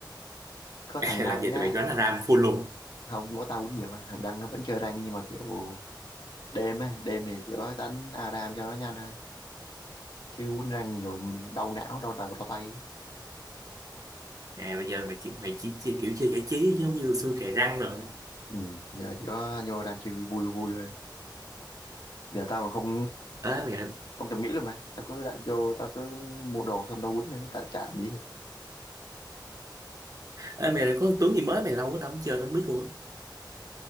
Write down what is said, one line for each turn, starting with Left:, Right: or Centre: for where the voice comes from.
Left: có thằng
Right: Ê,
Left: Đăng
Right: là giờ
Left: á
Right: tụi mày đánh ARAM full luôn
Left: không mỗi tao quýnh nhiều mà thằng Đăng nó vẫn chơi rank nhưng mà kiểu đêm á đêm thì kiểu đánh Aram cho nó nhanh thôi chứ quýnh rank nhiều đau não đau đầu đau tay ấy.
Right: à bây giờ mày chỉ mày chỉ, chỉ kiểu chơi giải trí chứ không như xưa cày răng rồi
Left: ừ, giờ chỉ có vô rank chơi vui vui vui thôi giờ tao mà không
Right: ê mày
Left: không thèm nghĩ luôn mà tao cứ đặt vô tao cứ mua đồ xong tao quýnh thôi tao chả làm gì
Right: ê mày có con tướng gì mới mày lâu quá tao không chơi tao không biết luôn